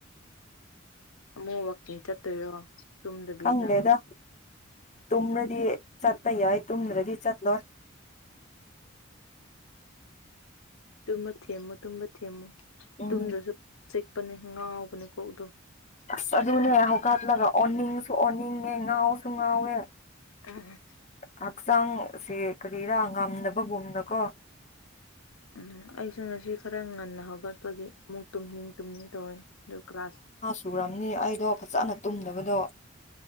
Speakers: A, on the left (about 80°); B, on the left (about 35°).
A: ꯎꯝ ꯑꯃꯨꯛꯃꯀꯤ ꯆꯠꯇꯣꯏꯔꯣ ꯇꯨꯝꯗꯕꯤꯗ
B: ꯈꯪꯗꯦꯗ ꯇꯨꯝꯕ꯭ꯔꯗꯤ ꯆꯠꯄ ꯌꯥꯏ ꯇꯨꯝꯗ꯭ꯔꯗꯤ ꯆꯠꯂꯣꯏ
A: ꯇꯨꯝꯕ ꯊꯦꯝꯃꯨ ꯇꯨꯝꯕ ꯊꯦꯝꯃꯨ
B: ꯎꯝ
A: ꯇꯨꯝꯗ꯭ꯔꯁꯨ ꯆꯤꯛꯄꯅꯦ ꯉꯥꯎꯕꯅꯦ ꯀꯣꯛꯗꯣ
B: ꯑꯁ ꯑꯗꯨꯅꯦ ꯍꯧꯀꯠꯂꯒ ꯑꯣꯟꯅꯤꯡꯁꯨ ꯑꯣꯟꯅꯤꯡꯉꯦ ꯉꯥꯎꯁꯨ ꯉꯥꯎꯋꯦ
A: ꯑ
B: ꯍꯛꯆꯥꯡꯁꯦ ꯀꯔꯤꯔꯥ ꯉꯝꯗꯕꯒꯨꯝꯅꯀꯣ
A: ꯎꯝ ꯑꯩꯁꯨ ꯉꯁꯤ ꯈꯔ ꯉꯟꯅ ꯍꯧꯒꯠꯄꯒꯤ ꯑꯃꯨꯛ ꯇꯨꯝꯅꯤꯡ ꯇꯨꯝꯅꯤꯡ ꯇꯧꯋꯦ ꯑꯗꯨ ꯀ꯭ꯂꯥꯁ__
B: ꯆꯨꯨꯔꯕꯅꯤ ꯑꯩꯗꯣ ꯐꯖꯅ ꯇꯨꯝꯗꯕꯗꯣ